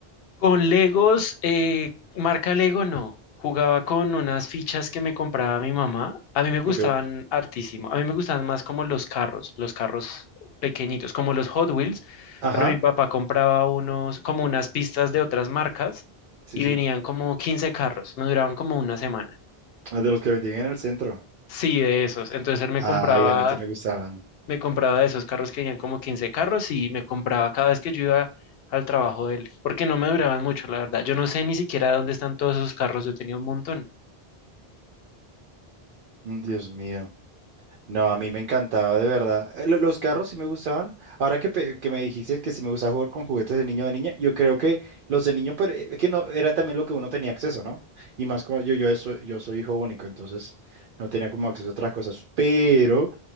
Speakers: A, on the left; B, on the right.
A: Con Legos, eh, marca Lego no. Jugaba con unas fichas que me compraba mi mamá. A mí me gustaban
B: Ok.
A: hartísimo. A mí me gustaban más como los carros, los carros pequeñitos, como los Hot Wheels.
B: Ajá,
A: Pero mi papá compraba unos, como unas pistas de otras marcas
B: sí,
A: y
B: sí.
A: venían como 15 carros. Me duraban como una semana.
B: Ah, De los que vendían en el centro.
A: Sí, de esos. Entonces él me
B: Ay,
A: compraba
B: a mí también me gustaban.
A: me compraba de esos carros que tenían como 15 carros y me compraba cada vez que yo iba al trabajo de él, porque no me duraban mucho, la verdad. Yo no sé ni siquiera dónde están todos esos carros, yo tenía un montón.
B: Mm, Dios mío. No, a mí me encantaba, de verdad. Eh, lo- Los carros sí me gustaban. Ahora que, pe- que me dijiste que si me gustaba jugar con juguetes de niño o de niña, yo creo que los de niño, pero eh, es que no, era también lo que uno tenía acceso, ¿no? Y más como yo, yo, soy, yo soy hijo único, entonces no tenía como acceso a otras cosas. Pero